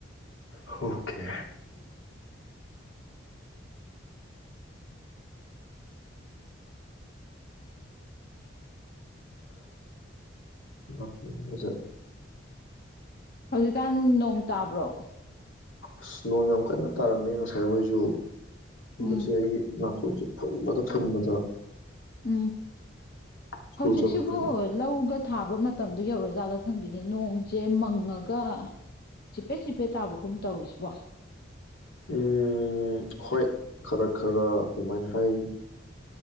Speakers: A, on the left; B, on the left.
A: ꯑꯣꯀꯦ ꯅꯥꯇ‌ꯣꯟꯒꯁ‌ꯦ
B: ꯍꯧꯖꯤꯛꯀꯥꯟ ꯅꯣꯡ ꯇꯥꯕ꯭ꯔꯣ
A: ꯑꯁ ꯅꯣꯡ ꯌꯥꯝ ꯀꯟꯅ ꯇꯥꯔꯝꯃꯦ ꯉꯁꯥꯏ ꯍꯣꯏꯁꯨ ꯍꯟꯗꯛꯁꯦ
B: ꯎꯝ
A: ꯑꯩꯒꯤ ꯅꯥꯊꯣꯟꯖꯦ ꯐꯨꯟꯕꯗ ꯐꯨꯟꯕꯗ
B: ꯎꯝ
A: ꯁ꯭ꯀꯨꯜ
B: ꯍꯧꯖꯤꯛꯁꯤꯕꯨ
A: ꯆꯠꯊꯣꯛ ꯆꯠꯁꯤꯟ
B: ꯂꯧꯒ ꯊꯥꯕ ꯃꯇꯝꯗꯣ ꯌꯧꯔꯖꯥꯠꯂ ꯈꯪꯗ‌ꯦꯅ‌ꯦ ꯅꯣꯡꯁꯦ ꯃꯪꯉꯒ ꯆꯤꯞꯄꯦꯠ ꯆꯤꯞꯄꯦꯠ ꯇꯥꯕꯒꯨꯝ ꯇꯧꯔꯤꯁꯤꯕꯣ
A: ꯎꯝ ꯍꯣꯏ ꯈꯔ ꯈꯔ ꯑꯗꯨꯃꯥꯏꯅ ꯍꯥꯏ